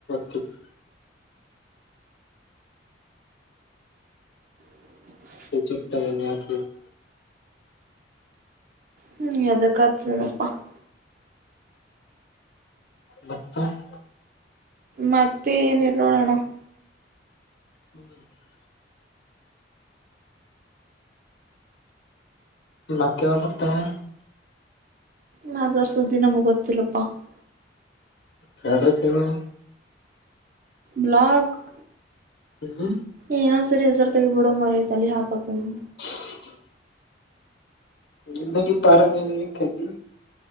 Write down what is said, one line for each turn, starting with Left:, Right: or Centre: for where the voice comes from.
Left: ಕ <unintelligible>
Right: ಹ <unintelligible>
Left: ಚೆಕ್ ಯಾಕಿ <unintelligible>
Right: ಹ್ಮ್ ಅದಕ್ಕತದನಪ್ಪಾ <unintelligible>
Left: ಬತ್ತು <unintelligible>
Right: ಮತ್ತೆ ಏನಲ್ಲೋಡೋಣ <unintelligible>
Left: ಹ್ಮ್ <unintelligible> ನಾಕವ ಬರ್ತವೆ <unintelligible>
Right: ದವರ್ ಸುದ್ದಿ ನಮ್ಗ್ ಗೊತ್ತಿಲ್ಲಪ್ಪಾ <unintelligible>
Left: ಕಡ್ರಕ್ಕೆ <unintelligible>
Right: ಬ್ಲಾಕ್ <unintelligible>
Left: ಹ್ಮ್ <unintelligible>
Right: ಏನೋ ಸರಿ ಹೆಸರು ತಗಿಬ ಬಿಡೋ ಮರ ಐತ್ ಅಲ್ಲಿ ಹಾಕತ <unintelligible>
Left: <unintelligible> ಜಿಂದಿ ಬಾರ ಮ ನೀತಿ <unintelligible>